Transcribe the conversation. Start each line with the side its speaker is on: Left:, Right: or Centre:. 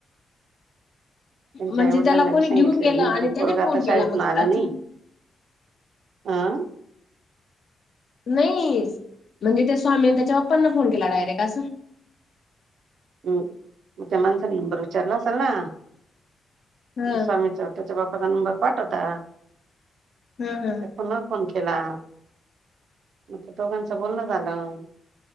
Right: त्यांच्या
Left: म्हणजे
Right: आईवडिलांनावी
Left: त्याला कोणी
Right: सांगितले
Left: घेऊन गेलं
Right: मी
Left: आणि
Right: पण
Left: त्याने
Right: पोरग आता
Left: फोन
Right: शाळेतून
Left: केला मग
Right: आलं
Left: असं
Right: नाही. आं
Left: नाही म्हणजे त्या स्वामीने त्याच्या बाप्पांना फोन केला डायरेक्ट असं.
Right: हम् ते मानचा नंबर विचारला असाल ना
Left: हां
Right: स्वामी चौ. त्याच्या बाप्पाचा नंबर पाठवता.
Left: हम् हम
Right: त्या पुन्हा फोन केला मग दोघांचं बोलण झालं.